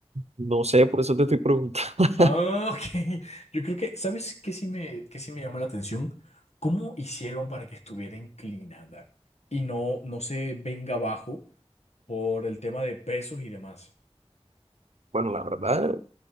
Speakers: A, on the right; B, on the left.
A: No sé, por eso te estoy preguntando. <laughs>
B: Ah, <laughs> ok. Yo creo que, ¿sabes qué sí me, qué sí me llama la atención? ¿Cómo hicieron para que estuviera inclinada y no, no se venga abajo por el tema de pesos y demás?
A: Bueno, la verdad,